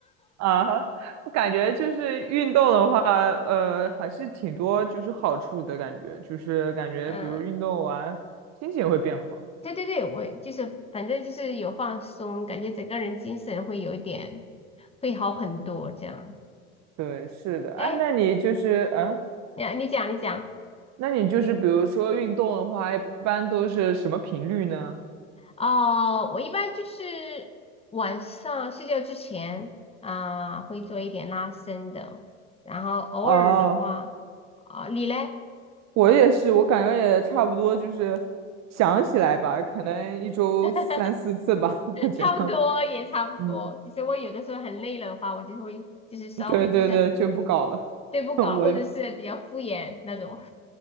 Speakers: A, on the right; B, on the left.
A: 啊我感觉就是运动的话，呃，还是挺多就是好处的感觉，就是感觉比如运动完心情也会变好。
B: 嗯，对对对，我就是反正就是有放松，感觉整个人精神会有一点会好很多这样。
A: 对，是的，
B: 哎，
A: 哎，那你就是嗯，
B: 你你讲你讲。
A: 那你就是比如说运动的话，一般都是什么频率呢？
B: 哦，我一般就是晚上睡觉之前啊，会做一点拉伸的，然后偶尔的话，
A: 哦，
B: 啊，你嘞？
A: 我也是，我感觉也差不多，就是想起来吧，可能一周三四次吧，
B: <laughs>
A: <laughs> 这样。
B: 差不多也差不多。
A: 嗯，
B: 其实我有的时候很累了的话，我就会就是稍微就是
A: 对对对，就不搞了。
B: 对不搞，
A: <laughs> 我又
B: 或者是比较敷衍那种，